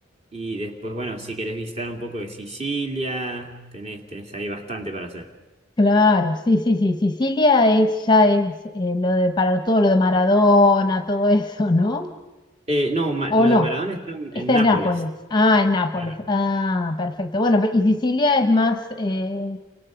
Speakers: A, on the right; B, on the left.
A: y después, bueno, si querés visitar un poco de Sicilia, tenés, tenés ahí bastante para hacer.
B: Claro, sí, sí, sí, Sicilia es, ya es eh, lo de, para todo lo de Maradona, todo <laughs> eso, ¿no?
A: Eh, no, Ma-
B: ¿O
A: lo
B: no?
A: de Maradona está en
B: Está
A: en Nápoles.
B: en Nápoles. Ah, en Nápoles.
A: Claro.
B: Ah, perfecto. Bueno, pe- y Sicilia es más... eh,